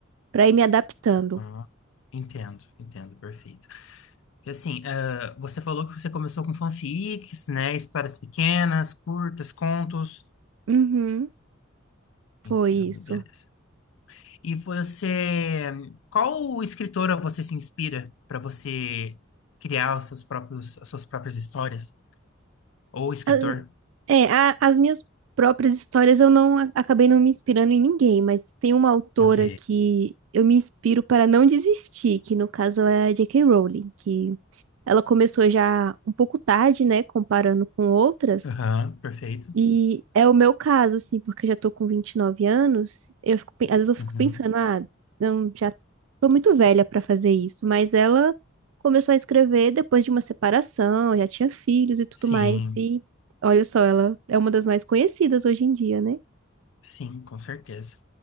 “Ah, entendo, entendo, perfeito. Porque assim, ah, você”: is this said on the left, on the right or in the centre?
Left